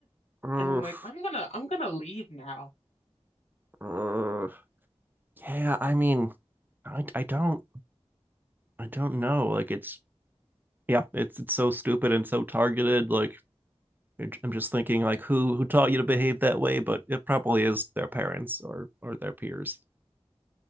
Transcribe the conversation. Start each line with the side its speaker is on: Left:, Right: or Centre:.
Right: ugh,
Left: And I'm like, I'm gonna I'm gonna leave now.
Right: ugh. Yeah. I mean, I, I don't, I don't know. Like it's, yeah, it's, it's so stupid and so targeted. Like, I'm just thinking like who who taught you to behave that way, but it probably is their parents or or their peers.